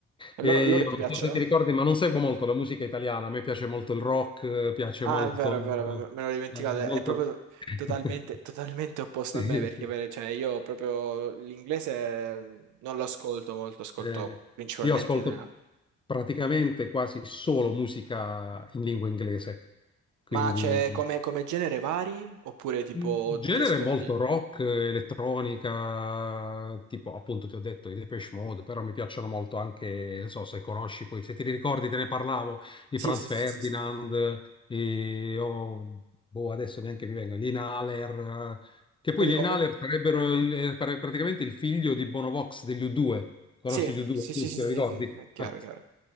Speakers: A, on the right; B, on the left.
A: E
B: E
A: loro, loro
B: io
A: ti piacciono?
B: non so se ti ricordi, ma non seguo molto la musica italiana. A me piace molto il rock, eh, piace
A: Ah,
B: molto,
A: è vero, è vero, è vero, me l'ho dimenticato.
B: eh, molto...
A: È proprio
B: <laughs>
A: totalmente, totalmente opposto
B: Sì,
A: a me perché
B: sì.
A: per- cioè, io proprio l'inglese non lo ascolto molto, ascolto
B: Eh,
A: principalmente
B: io ascolto
A: italiano.
B: praticamente quasi solo musica in lingua inglese, quindi
A: Ma c'è come, come genere vari? Oppure tipo
B: Genere
A: ti ascolti?
B: molto rock, eh, elettronica, tipo appunto ti ho detto i Depeche Mode, però mi piacciono molto anche, non so se conosci poi, se ti ricordi te ne parlavo, i
A: Sì,
B: Franz
A: sì, sì,
B: Ferdinand,
A: sì, sì. sì.
B: i, oh, boh, adesso neanche mi vengono, gli Inhaler, eh, che poi
A: Quindi
B: gli
A: comunque...
B: Inhaler sarebbero il- eh, pare- praticamente il figlio di Bono Vox degli U2, conosci
A: Sì,
B: gli U2?
A: sì, sì,
B: Sì,
A: sì,
B: ti ricordi?
A: sì, sì, è chiaro,
B: Ah,
A: è chiaro.